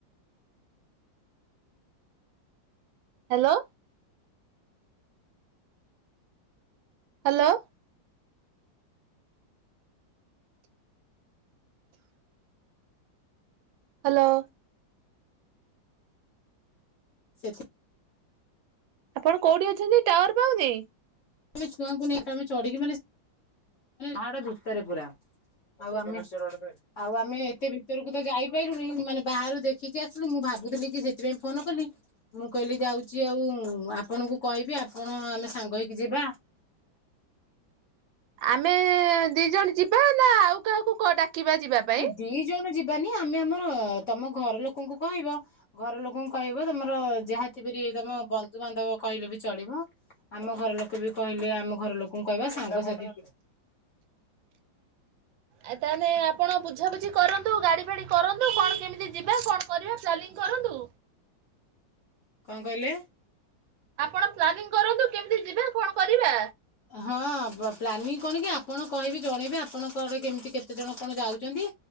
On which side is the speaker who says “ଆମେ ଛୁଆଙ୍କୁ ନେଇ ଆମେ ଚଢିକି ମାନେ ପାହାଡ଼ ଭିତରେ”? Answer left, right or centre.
Left